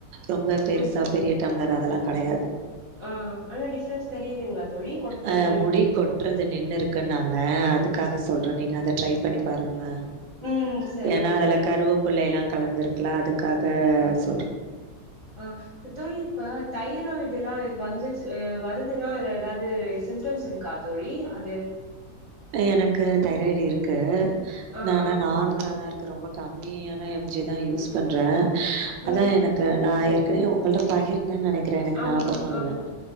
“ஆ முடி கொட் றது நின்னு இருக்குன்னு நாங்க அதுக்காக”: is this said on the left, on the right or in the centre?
Right